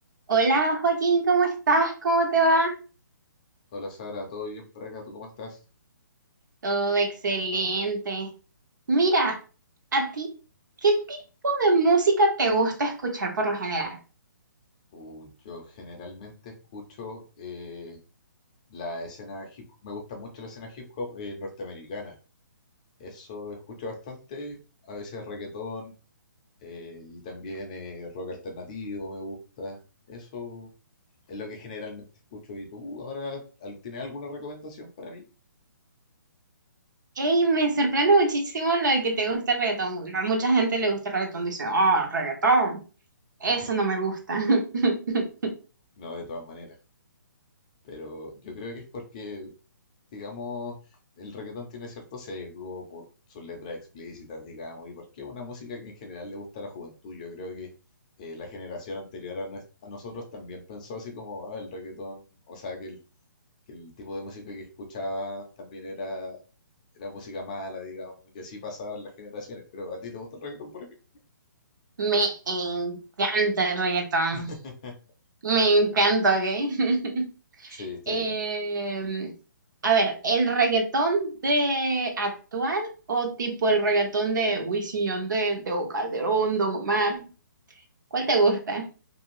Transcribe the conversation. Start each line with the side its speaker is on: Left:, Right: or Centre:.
Right: Hola Joaquín, ¿cómo estás? ¿Cómo te va?
Left: Hola Sara, ¿todo bien por acá? ¿Tú cómo estás?
Right: Todo excelente. Mira, a ti, ¿qué tipo de música te gusta escuchar por lo general?
Left: Uh, yo generalmente escucho eh, la escena hip hop, me gusta mucho la escena hip hop eh, norteamericana. Eso escucho bastante, a veces reggaetón eh, y también eh, rock alternativo me gusta. Eso es lo que generalmente escucho. ¿Y tú ahora al- tienes alguna recomendación para mí?
Right: Ey, me sorprende muchísimo lo de que te gusta el reggaetón. A mucha gente le gusta el reggaetón, dice, oh, reggaetón, eso
Left: <laughs>
Right: no me gusta. <laughs>
Left: No, de todas maneras. Pero yo creo que es porque digamos, el reggaetón tiene cierto sesgo por sus letras explícitas, digamos, y porque es una música que en general le gusta a la juventud. Yo creo que eh, la generación anterior a, nues- a nosotros también pensó así como "Ah, el reggaetón, o sea, que el, que el tipo de música que escuchaba también era, era música mala, digamos, y así pasaban las generaciones. Pero ¿a ti te gusta el reggaetón, por ejemplo?
Right: Me encanta el reggaetón,
Left: <laughs>
Right: me encanta, ¿ok? <laughs>
Left: Sí, estoy
Right: Eh,
Left: bien.
Right: a ver, ¿el reggaetón de actual o tipo el reggaetón de Wisin y Yandel, Tego Calderón, Don Omar? ¿Cuál te gusta?